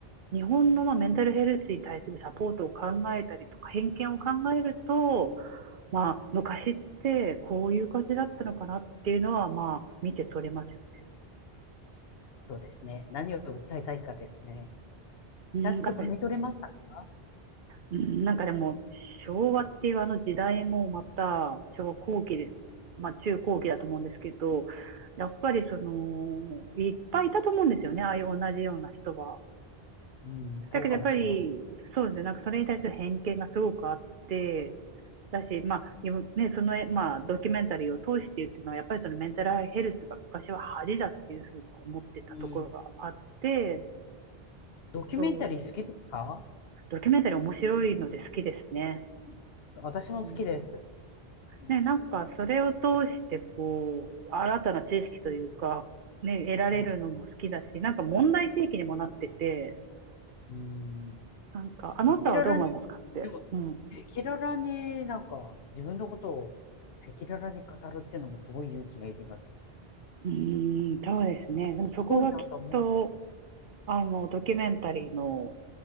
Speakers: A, on the right; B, on the left.
A: 日本のまあメンタルヘルスに対するサポートを考えたりとか、偏見を考えると、まあ、昔ってこういう感じだったのかなっていうのは、まあ、見て取れますよ。
B: そうですね。何を訴えたいかですね。
A: うん、
B: ちゃんと汲み取れましたか
A: かうんなんかでも、昭和っていうあの時代もまた、昭和後期で、まあ、中後期だと思うんですけど、やっぱりその、いっぱいいたと思うんですよね、ああいう同じような人は。
B: うん、
A: だけどやっぱり、
B: そうかもしれません。
A: そうですね、なんかそれに対する偏見がすごくあって、だし、まあ、ね、その、まあ、ドキュメンタリーを通して言ってのは、やっぱりそのメンタルヘルスが昔は恥だっていうふうに思ってたところがあって、
B: うん。ドキュメンタリー好きですか
A: そう、ドキュメンタリー面白いので好きですね。
B: うん私も好きです。
A: うん、
B: うん
A: ね、なんかそれを通して、こう、新たな知識というか、ね、得られるのも好きだし、
B: うん。
A: なんか問題提起にもなってて、
B: うん
A: なんか、あなたはどう思いますかって、
B: 赤裸々に、でも、赤
A: うん、
B: 裸々になんか自分のことを赤裸々に語るっていうのもすごい勇気がいりますよね。
A: うーん、そうですね。でもそこがきっと、
B: すごいなと思う。
A: あの、ドキュメンタリーの